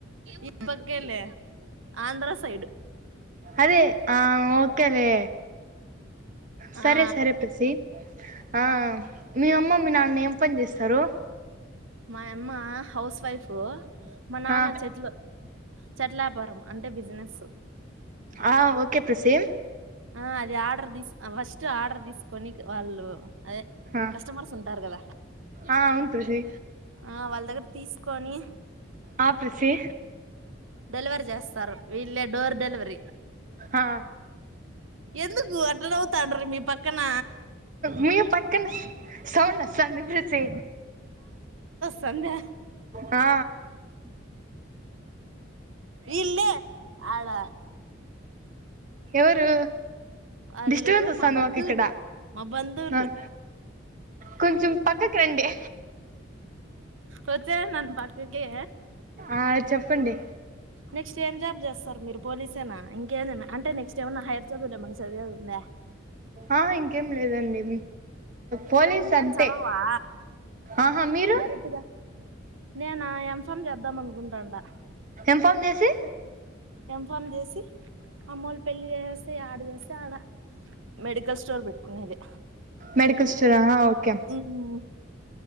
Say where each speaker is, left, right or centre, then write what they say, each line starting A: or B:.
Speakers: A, on the right (about 80°); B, on the right (about 40°).
A: ఈ పక్కేలే ఆంధ్ర సైడ్
B: అదే ఆఓ పక్కనే సరే
A: ఆ
B: సరే ప్రసి ఆ మీ అమ్మ మీ నాన్న నాన్న ఏం పని చేస్తారు
A: మా యమ్మ అమ్మ హౌస్ వైఫ్ మా నాన్న
B: ఆ
A: చెట్లు చెట్ల వ్యాపారం అంటే బిజినెస్
B: ఆ ఓకే ప్రస్సి
A: ఆ అది ఆర్డర్ తీసు ఫస్ట్ ఆర్డర్ తీసుకొనికి వాళ్ళు అదే
B: ఆ
A: కస్టమర్స్ ఉంటారు కదా
B: ఆ అవును ప్రసి
A: ఆ వాళ్ళ దగ్గర తీసుకొని
B: ఆ ప్రసి
A: డెలివరీ చేస్తారు వీళ్ళే డోర్ డెలివరి
B: ఆ
A: ఎందుకు అట్ట నవ్వుతాండారు మీ పక్కన
B: మీ పక్కన సౌండ్ వస్తా ఉంది ప్రీతి
A: సంధ్య
B: ఆ
A: వీళ్ళు ఆడ
B: ఎవరు
A: అల్లు
B: డిస్టర్బెన్స్ వస్తాంది
A: మా బంధువులు
B: మాకు ఇక్కడ
A: మా బంధూవులు
B: ఆ కొంచెం పక్కకి రండి
A: వచ్చేశ్నాన్ పక్కకి
B: ఆ చెప్పండి
A: నెక్స్ట్ ఏం జాబ్ చేస్తారు మీరు పోలీసేనా ఇంకేదన్నా అంటే నెక్స్ట్ ఏమన్నా హైయ్యర్ చదువులేమైనా చదివేదుందా
B: ఆ ఇంకేం లేదండి పోలీస్
A: ఇంకేం
B: అంతే
A: చదవవా
B: ఆహా మీరు
A: డైరెక్ట్ గా నేనా ఎం ఫాం చేద్దాం అనుకుంటాండా
B: ఏం ఫామ్ చేసి
A: ఎం ఫామ్ చే సి అమ్మోళ్ళు పెళ్లి చేయేస్తే యేడ చేస్తే ఆడ మెడికల్ స్టోర్ పెట్టుకొనేది
B: మెడికల్ స్టోర్ ఆ ఓకే
A: మ్